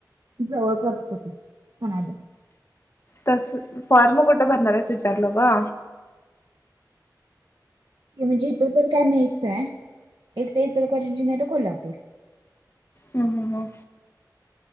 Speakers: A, on the right; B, on the left.
A: जवळ पडत ते <unintelligible>
B: तस फॉर्म कुठं भरणारेस? विचारलो ग.
A: म्हणजे इथं तर काय नाहीच आहे. एक तर इचलकरंजी नाहीतर कोल्हापूर.
B: हा हा हा.